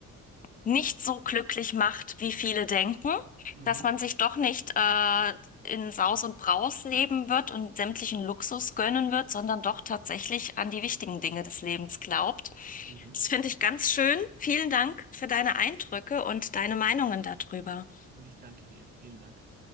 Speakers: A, on the left; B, on the right.
A: nicht so glücklich macht, wie viele denken,
B: Mhm.
A: dass man sich doch nicht äh, in Saus und Braus leben wird und sämtlichen Luxus gönnen wird, sondern doch tatsächlich an die wichtigen Dinge des Lebens glaubt.
B: Mhm.
A: Das finde ich ganz schön. Vielen Dank für deine Eindrücke und deine Meinungen darüber.
B: Und ich danke dir. Vielen Dank.